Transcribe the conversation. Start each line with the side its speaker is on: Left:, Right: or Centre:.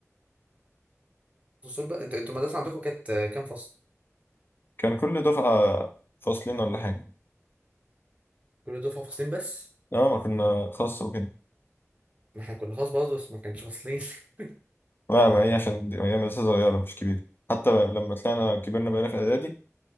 Right: فصول بقى انت انتوا المدرسة عندكم كانت آه، كام فصل؟
Left: كان كل دفعه فصلين ولا حاجه
Right: كل دفعة فصلين بس؟
Left: اه ما كنا خاص وكده
Right: ما احنا كنا خاص برضه بس ما كانش فصلين <laughs>
Left: لا ما هي عشان دي- هي مدرسه صغيره مش كبيره حتى لما طلعنا كبرنا بقينا في اعدادي